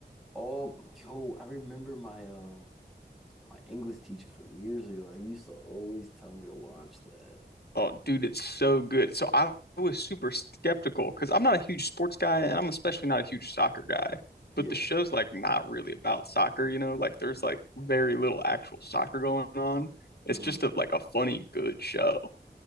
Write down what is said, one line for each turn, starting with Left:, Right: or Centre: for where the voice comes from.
Centre: Oh, yo, I remember my um my English teacher from years ago. Like, he used to always tell me to watch that.
Left: Oh, dude, it's so good. So I was super skeptical because I'm not a huge sports guy, and I'm especially not a huge soccer guy.
Centre: Yeah.
Left: But the show's like not really about soccer, you know? Like there's like very little actual soccer going on. It's
Centre: hmm
Left: just a, like a funny, good show.